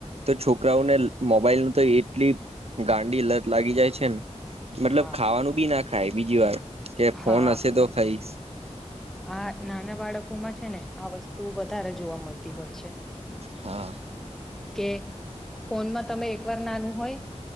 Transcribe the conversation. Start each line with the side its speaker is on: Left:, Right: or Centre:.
Right: તો છોકરાઓને મોબાઈલ ન તો એટલી ગાંડી લત લાગી જાય છે, ને મતલબ
Centre: હા
Right: ખાવાનું બી ના ખાય બીજી વાર કે ફોન
Centre: હા
Right: હશે તો ખાાઈ
Centre: આ નાના બાળકોમાં છે ને આ વસ્તુ વધારે જોવા મળતી હોય છે.
Right: હા
Centre: કે ફોનમાં તમે એક વાર નાનું હોય